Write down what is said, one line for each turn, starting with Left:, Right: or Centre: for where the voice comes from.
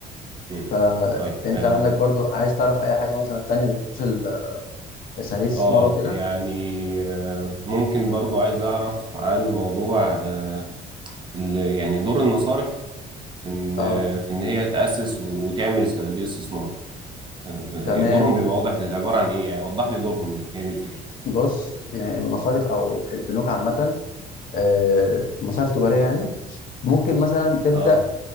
Right: مم.
Left: فأنت
Right: طيب آه،
Left: عندك برضو عايز تعرف أي حاجة مثلا تانية بخصوص ال- صناديق الاستثمار
Right: اه
Left: وكده
Right: يعني آه، ممكن برضو عايز اعرف عن موضوع آه، ال- يعني دور المصارف في ان
Left: أه
Right: آه، في ان هي تأسس و- وتعمل صناديق استثمار آه،
Left: تمام
Right: دورهم بيبقى واضح عبارة عن ايه يعني وضح لي دورهم ايه هي دي الفكرة
Left: بص يعني المصارف أو البنوك عامة آه، مصارف تجارية يعني ممكن مثلا تبدأ
Right: اه